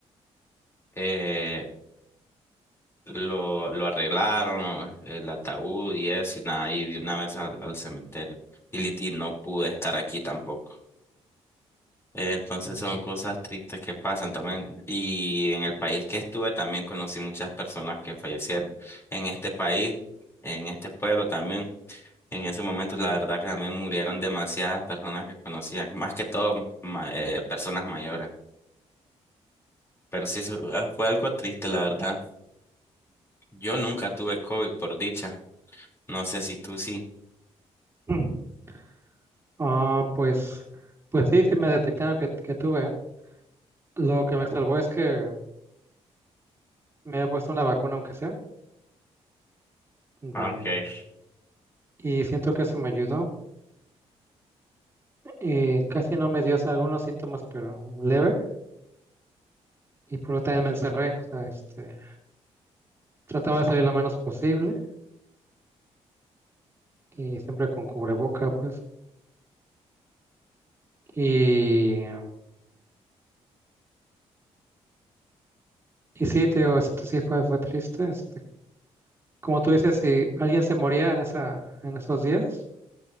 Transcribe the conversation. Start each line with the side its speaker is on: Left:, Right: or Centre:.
Left: eh, Lo, lo arreglaron, ¿no? el ataúd y eso, y nada, y de una vez al, al cementerio. Y, lit- y no pude estar aquí tampoco. Eh, entonces
Right: ¿no? Mm.
Left: son cosas tristes que pasan también. Y en el país que estuve también conocí muchas personas que fallecieron. En este país, en este pueblo también, en ese momento la verdad que también murieron demasiadas personas que conocía, más que todo ma- eh, personas mayores. Pero sí, eso, eh, fue algo triste, la verdad. Yo nunca tuve COVID, por dicha. No sé si tú sí.
Right: <clears throat> Ah, pues, pues sí, sí me detectaron que, que tuve. Lo que me salvó es que me había puesto una vacuna, aunque sea, de-
Left: Okay.
Right: y siento que eso me ayudó. Y casi no me dio o sea, algunos síntomas, pero leve. Y por eso también me encerré. O sea, este, trataba de salir lo menos posible y siempre con cubreboca, pues. Y Y sí, te digo, esto sí fue, fue triste. Este, como tú dices, si alguien se moría en esa, en esos días,